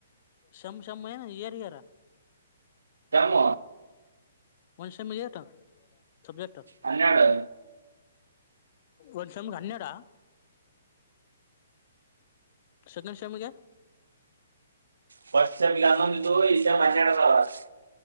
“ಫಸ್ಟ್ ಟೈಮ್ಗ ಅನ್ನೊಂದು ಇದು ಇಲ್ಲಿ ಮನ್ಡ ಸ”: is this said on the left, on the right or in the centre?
Right